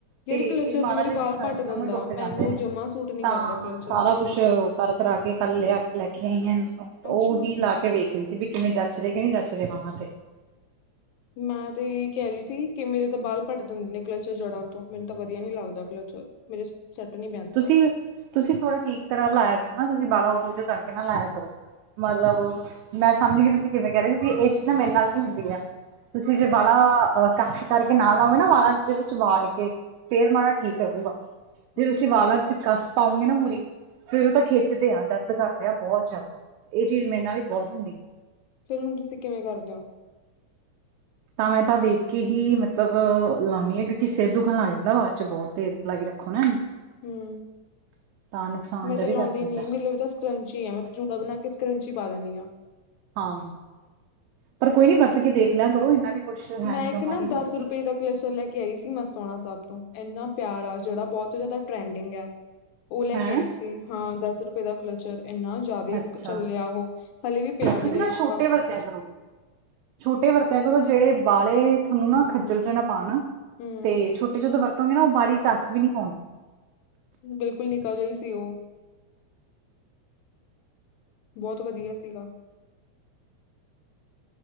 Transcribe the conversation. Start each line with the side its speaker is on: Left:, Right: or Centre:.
Left: ਯਾਰ
Right: ਤੇ ਇਹ
Left: ਕਲਚਰ
Right: ਮਾੜਾ
Left: ਤਾਂ ਮੇਰੇ
Right: ਦੇ ਵਿੱਚ
Left: ਬਾਲ
Right: ਬੈਠ
Left: ਪੱਟ
Right: ਦੋਵੇਂ
Left: ਦਿੰਦਾ,
Right: ਟੁੱਟ ਜਾਂਦੇ
Left: ਮੈਨੂੰ
Right: ਨੇ
Left: ਜਮਾ ਸੂਟ ਨੀ
Right: ਤਾਂ
Left: ਕਰਦਾ ਕਲਚਰ
Right: ਸਾਰਾ
Left: ਉਹ।
Right: ਕੁਛ ਕਰ ਕਰਾ ਕੇ ਕੱਲ ਲਿਆ ਲੈ ਕੇ ਆਈਆਂ ਏਨੂੰ
Left: ਅੱਛਾ,
Right: ਉਹੀ ਲਾ ਕੇ ਵੇਖ ਰੀ ਹੀ ਸੀ ਵੀ ਕਿਵੇਂ ਜੱਚ ਰੇ ਕਿ ਨੀ ਜੱਚ ਰੇ ਵਾਂਹਾਂ ਤੇ
Left: ਮੈਂ ਤੇ ਇਹ ਹੀ ਕਹਿ ਰਹੀ ਸੀ ਕਿ ਮੇਰੇ ਤਾਂ ਬਾਲ ਪੱਟ ਦਿੰਦੇ ਨੇ ਕਲਚਰ ਜੜ੍ਹਾਂ ਤੋਂ ਮੈਨੂੰ ਤਾਂ ਵਧੀਆ ਨੀ ਲੱਗਦਾ ਕਲਚਰ ਮੇਰੇ ਸੈੱਟ ਨੀ ਬੈਠਦਾ।
Right: ਤੁਸੀਂ ਤੁਸੀਂ ਥੋੜਾ ਠੀਕ ਤਰ੍ਹਾਂ ਲਾਇਆ ਕਰੋ ਨਾ ਤੁਸੀਂ ਬਾਲ ਬੂਜਾ ਕਰਕੇ ਨਾ ਲਾਇਆ ਕਰੋ ਮਲਬ ਮੈਂ ਸਮਝ ਗੀ ਤੁਸੀਂ ਕਿਵੇਂ ਕਹਿ ਰਹੇ ਹੋ ਕਿ ਇਹ ਚੀਜ਼ ਨਾ ਮੇਰੇ ਨਾਲ ਹੀ ਹੁੰਦੀ ਐ ਤੁਸੀਂ ਜੇ ਵਾਲਾਂ ਅਹ ਕਾਸ਼ੀ ਕਰਕੇ ਨਾ ਲਾਓ ਨਾ ਵਾਲਾਂ ਦੇ ਵਿੱਚ ਵਾੜ ਕੇ ਫੇਰ ਮਾੜਾ ਠੀਕ ਰਹੁਗਾ
Left: ਅੱਛਾ- <unintelligible>
Right: ਤੇ ਵਾਲਾਂ ਚ ਕੱਸ ਪਾਉਂਗੇ ਨਾ ਮੂਰੀ ਫੇਰ ਉਹ ਤਾਂ ਖਿੱਚਦੇ ਆ ਦਰਦ ਕਰਦੇ ਆ ਬਹੁਤ ਜ਼ਿਆਦਾ ਇਹ ਚੀਜ਼ ਮੇਰੇ ਨਾ ਹੀ ਬਹੁਤ ਹੁੰਦੀ
Left: ਫਿਰ ਹੁਣ ਤੁਸੀਂ ਕਿਵੇਂ ਕਰਦੇ ਓ
Right: ਤਾਂ ਮੈਂ ਤਾਂ ਵੇਖ ਕੇ ਹੀ ਮਤਲਬ ਲਾਉਂਨੀ ਆਂ ਕਿਉਂਕਿ ਸਿਰ ਦੁਖਣ ਲੱਗ ਜਾਂਦਾ ਬਾਅਦ ਚ ਬਹੁਤ ਦੇਰ ਲਾਈ ਰੱਖੋ ਨਾ ਇਹਨੂੰ
Left: ਹਮ- <unintelligible>
Right: ਤਾਂ ਨੁਕਸਾਨ
Left: ਮੈਂ
Right: ਜਿਹਾ
Left: ਤਾਂ
Right: ਵੀ
Left: ਲਾਉਂਦੀ
Right: ਕਰ ਦਿੰਦਾ
Left: ਨੀ ਮੇਰੇ ਲ ਤਾਂ <unintelligible> ਸਕਰੰਚੀ ਆ ਮੈਂ ਤਾਂ ਜੂੜਾ ਬਣਾ ਕੇ ਸਕਰੰਚੀ ਪਾ ਦਿੰਨੀ ਆ
Right: ਹਾਂ ਪਰ ਕੋਈ ਨੀ ਵਰਤ ਕੇ ਦੇਖ ਲਿਆ ਕਰੋ ਇਨਾ ਵੀ ਕੁਛ ਹੈ
Left: ਮੈਂ
Right: ਨੀ
Left: ਇੱਕ
Right: ਗਾ
Left: ਨਾ
Right: ਬਾਹਲੀ
Left: ਦਸ
Right: ਲੋੜ ਦੀ
Left: ਰੁਪਏ ਦਾ ਕਲੇਚਰ ਲੈ ਕੇ ਆਈ ਸੀ ਮਸਿਆਣਾ ਸਹਿਬ। ਇੰਨਾ ਪਿਆਰਾ ਜਿਹੜਾ ਬਹੁਤ ਜਿਆਦਾ ਟਰੈਂਡਿੰਗ ਹੈ ਉਹ ਲੈ
Right: ਹੈਂ
Left: ਕੇ ਆਈ ਸੀ ਹਾਂ ਦੱਸ! ਰੁਪਏ ਦਾ ਕਲਚਰ ਇੰਨਾ ਜ਼ਿਆਦੇ
Right: ਅੱਛਾ
Left: ਕ ਚੱਲਿਆ ਉਹ ਹਲੇੇ ਵੀ ਪਿਆ ਮੇਰੇ
Right: ਤੁਸੀਂ ਨਾ ਛੋਟੇ
Left: ਕੱਪ
Right: ਵਰਤਿਆ
Left: ਚ
Right: ਕਰੋ ਛੋਟੇ ਵਰਤਿਆਂ ਕਰੋ ਜਿਹੜੇ ਬਾ ੇ <unintelligible> ਤੁਹਾਨੂੰ ਨਾ
Left: ਹੂੰ
Right: ਖੱਜਲ ਚ ਨਾ ਪਾਉਣ
Left: ਹੂੰ
Right: ਤੇ ਛੋਟੇ ਜਦੋਂ ਵਰਤੋਂਗੇ ਨਾ ਉਹ ਬੀ ਕੱਸ ਵੀ ਨੀ ਪਾਉਂ
Left: ਬਿਲਕੁਲ ਨਿਕਾ ਜਿਹਾ ਸੀ ਉਹ ਬਹੁਤ ਵਧੀਆ ਸੀਗਾ